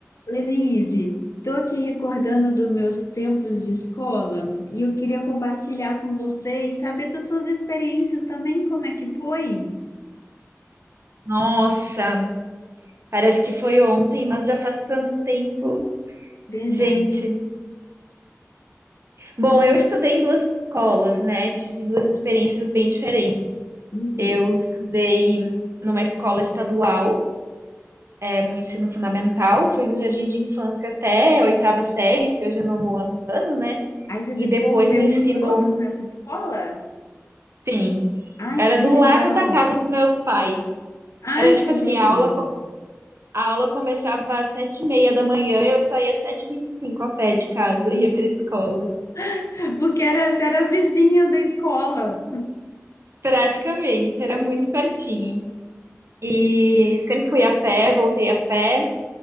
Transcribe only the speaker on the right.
Nossa, parece que foi ontem, mas já faz tanto tempo.
Gente, bom, eu estudei em duas escolas, né? Tive duas experiências bem diferentes.
Eu estudei numa escola estadual, é meu ensino fundamental, foi do jardim de infância até a oitava série, que hoje é nono ano, né?
E depois
no ensino,
sim,
era
do lado
da casa dos meus pais.
Era tipo
assim,
a aula A aula começava às sete e meia da manhã, eu saía às sete e vinte e cinco a pé de casa, <laughs> ia para a escola.
Praticamente, era muito pertinho. E sempre fui a pé, voltei a pé.